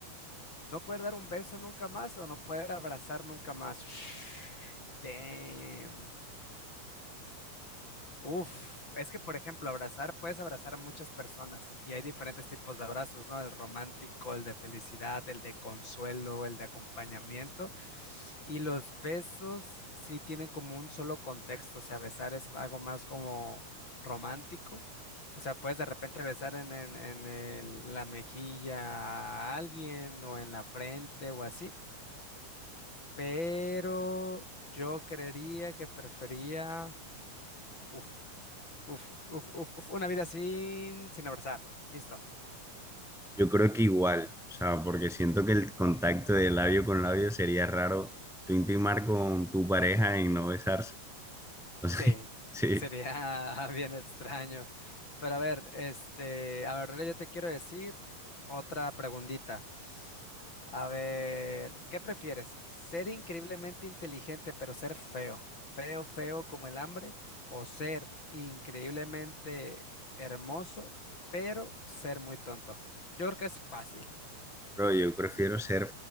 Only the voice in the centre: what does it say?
Yo creo que igual, o sea, porque siento que el contacto de labio con labio sería raro tú intimar con tu pareja y no besarse. <laughs>
Sí,
pero yo prefiero ser